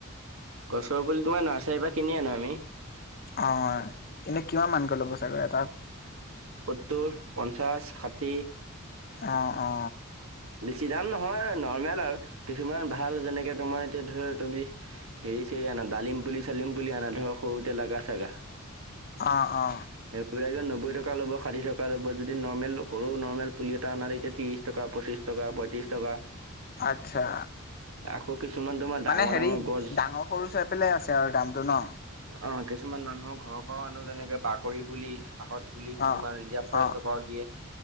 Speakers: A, on the right; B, on the left.
A: গছৰ পুলিটো নাৰ্চাৰীৰ পৰা কিনি আনো আমি।
B: অ এনেই কিমান মানকৈ ল'ব চাগৈ এটাত।
A: সত্তৰ পঞ্চাছ ষাঠি।
B: অ অ।
A: বেছি দাম নহয় নৰ্মেল আৰু কিছুমান ভাল যেনেকে তোমাৰ এতিয়া ধৰা তুমি। হেৰি চেৰি আনা ডালিম পুলি চালিম পুলি আনা ধৰ সৰুতে লাগা চাগা।
B: অ অ।
A: সেইবিলাকে নব্বৈ টকা ল'ব ষাঠি টকা ল'ব যদি নৰ্মেলটো সৰু ন। নৰ্মেল পুলি এটা অনা তেতিয়া ত্ৰিশ টকা পঁচিছ টকা পঁয়ত্ৰিশ টকা।
B: আচ্ছা।
A: আকৌ। কিছুমান তোমাৰ। ডাঙৰ
B: মানে হেৰি
A: ডাঙৰ গছ
B: ডাঙৰ সৰু চাই পেলাই আছে আৰু দামটো ন।
A: অ কিছুমান মানুহৰ ঘৰৰ পৰাও আনো তেনেকে পাকৰি পুলি। আহত পুলি কিছুমান
B: অ'।
A: ৰিজাৰ্ভ ফৰেষ্টৰ
B: অ',
A: পৰাও দিয়ে।